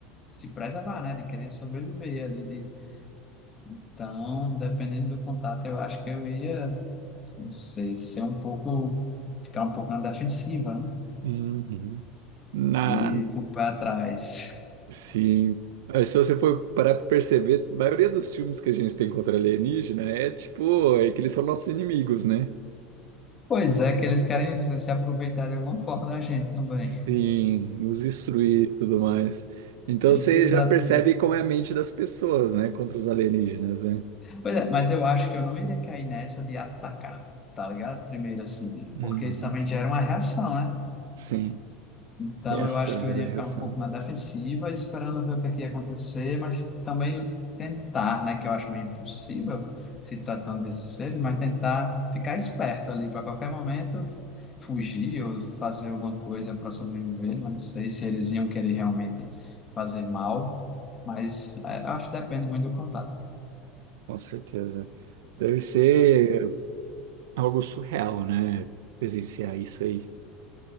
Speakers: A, on the left; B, on the right.
A: se preservar, né? De querer sobreviver ali. De... Então, dependendo do contato, eu acho que eu ia, não sei, ser um pouco, ficar um pouco na defensiva, né?
B: Uhum. Na,
A: E ir com o pé atrás.
B: Sim. Aí, Se você for parar pra perceber, a maioria dos filmes que a gente tem contra alienígena é tipo, é que eles são nossos inimigos, né?
A: Pois é, que eles querem se aproveitar de alguma forma da gente também.
B: Sim, nos destruir e tudo mais. Então
A: <laughs> Exatamente.
B: você já percebe como é a mente das pessoas, né? Contra os alienígenas, né?
A: Pois é, mas eu acho que eu não iria cair nessa de atacar, tá ligado? Primeiro, assim,
B: Uhum.
A: porque isso também gera uma reação, né?
B: Sim,
A: Então,
B: essa
A: eu acho que
B: geração,
A: eu iria ficar um pouco na defensiva, esperando ver o que é que ia acontecer, mas também tentar, né, que eu acho meio impossível se tratando desses seres, mas tentar ficar esperto ali para qualquer momento fugir ou fazer alguma coisa para sobreviver. Não sei se eles iam querer realmente fazer mal, mas é, eu acho que depende muito do contato.
B: com certeza. Deve ser algo surreal, né? Presenciar isso aí.